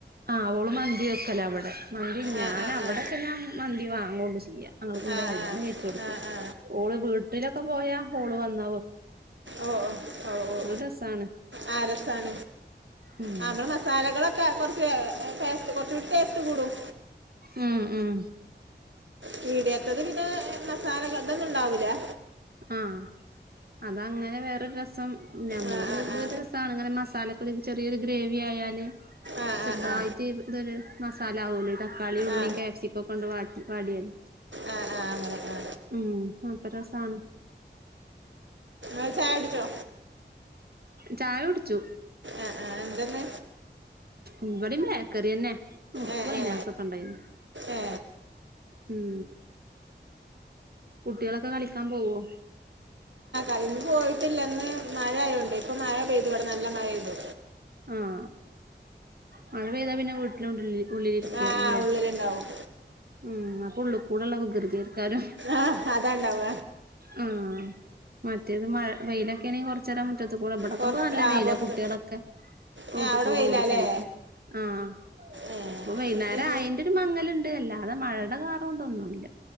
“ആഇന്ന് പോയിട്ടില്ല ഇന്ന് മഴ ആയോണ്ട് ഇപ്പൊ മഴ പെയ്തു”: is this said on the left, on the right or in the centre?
Right